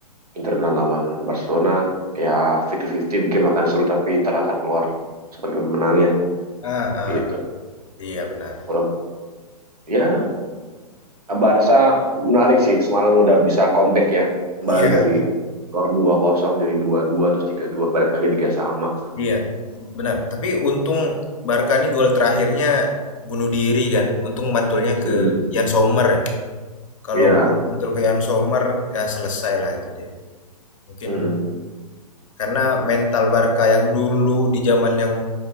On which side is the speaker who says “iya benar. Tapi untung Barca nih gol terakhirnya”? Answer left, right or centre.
Left